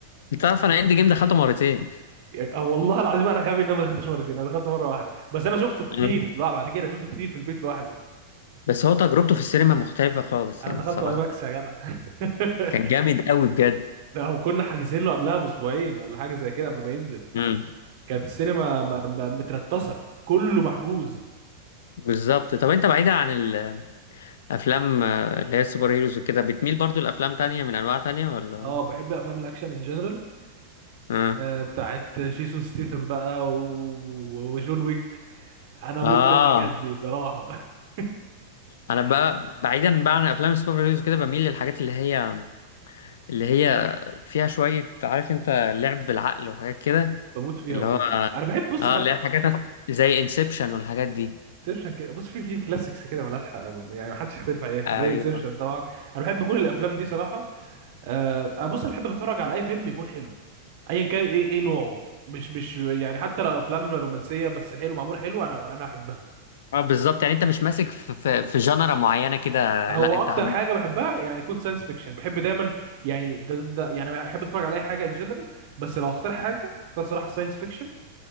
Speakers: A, on the left; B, on the right.
A: انت عارف انا اند جيم دخلته مرتين
B: آه، والله العظيم انا غبي ان انا ما دخلتش مرتين انا دخلت مره واحده بس انا شفته كتير
A: أيوة.
B: لا بعد كده شفته كتير في البيت لوحدي
A: بس هو تجربته في السينما مختلفة خالص
B: انا
A: يعني
B: دخلت
A: الصراحة
B: اي ماكس يا جدع
A: كان
B: <laughs>
A: جامد قوي بجد
B: ده هم كنا حاجزين له قبلها باسبوعين ولا حاجه زي كده قبل ما ينزل
A: امم
B: كانت السينما م- م- مترتصه كله محجوز
A: بالظبط طب انت بعيدا عن ال افلام آه، اللي هي السوبر هيروز وكده بتميل برضو لافلام تانية من انواع تانية ولا
B: اه بحب افلام الاكشن ان جنرال
A: اه
B: آه بتاعت جيسون ستيثم بقى و- وجون ويك انا اموت
A: اه
B: في الحاجات دي صراحه <laughs>
A: انا بقى بعيدا بقى عن افلام السوبر هيروز وكده بميل للحاجات اللي هي اللي هي فيها شوية عارف انت لعب بالعقل وحاجات كده
B: بموت فيها
A: اللي
B: برضه
A: هو
B: انا بحب بص
A: اه اللي هي حاجات زي انسبشن والحاجات دي
B: زيبشن كده بص في في كلاسيكس كده ملهاش حق يعني محدش يختلف عليها
A: ايوه
B: زي زيبشن طبعا انا بحب كل الافلام دي صراحه آه انا بص انا بحب اتفرج على اي فيلم يكون حلو ايا كان ايه ايه نوعه مش مش يعني حتى لو افلام رومانسيه بس حلو معمول حلو انا انا احبها
A: اه بالظبط يعني انت مش ماسك في في, في جنرا معينة كده
B: هو
A: لا انت
B: اكتر
A: عم
B: حاجه بحبها يعني يكون ساينس فيكشن بحب دايما يعني ده, ده يعني بحب اتفرج على اي حاجه ان جنرال بس لو اختار
A: مم.
B: حاجه اختار صراحه ساينس فيكشن